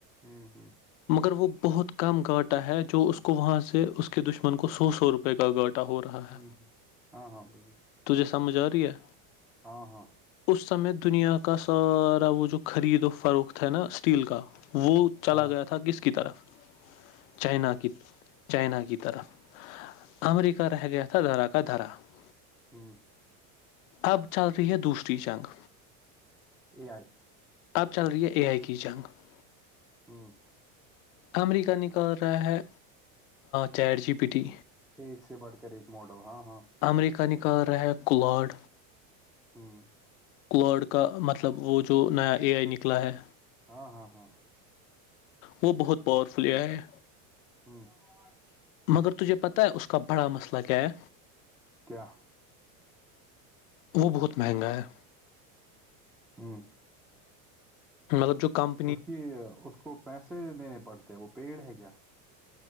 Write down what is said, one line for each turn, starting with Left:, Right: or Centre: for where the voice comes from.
Centre: ہوں ہوں <unintelligible>
Left: مگر وہ بہت کم گاٹا ہے جو اس کو وہاں سے اس کے دشمن کو سو سو روپئے کا گاٹا ہو رہا ہے
Centre: ہ ہ ہاں ہاں ب
Left: تجھے سمجھ آ رہی ہے
Centre: ہاں ہاں <unintelligible>
Left: اس سمے دنیا کا سارا وہ جو خرید و فروخت تھا نا اسٹیل کا وہ <unintelligible> <unintelligible> چلا
Centre: ہاں
Left: گیا تھا کس کی طرف چائنا کی چائنا کی طرف امریکہ رہ گیا تھا دھرا کا دھرا <unintelligible>
Centre: <unintelligible> ہوں
Left: اب چل رہی ہے دوسری جنگ
Centre: <unintelligible> اے آئی
Left: اب چل رہی ہے اے آئی کی جنگ <unintelligible>
Centre: ہوں <unintelligible>
Left: امریکہ نکال رہا ہے چیٹ جی پی ٹی
Centre: ایک سے بٹھ کر ایک ماڈل ہاں ہاں
Left: امریکہ نکال رہ کللاڈ
Centre: ہوں <unintelligible>
Left: کلاڈ کا مطلب وہ جو نیا اے آئی نکلا ہے
Centre: ہاں ہاں ہاں
Left: وہ بہت پاورفلی ہے
Centre: ہاں
Left: مگر تجھے پتہ ہے اس کا بڑا مسئلہ کیا ہے
Centre: کیا
Left: وہ بہت مہنگا ہے
Centre: ہاں
Left: مطلب جو کم
Centre: اس کی اس کو پیسے دینے پڑتے وہ پیڑ ہے کیا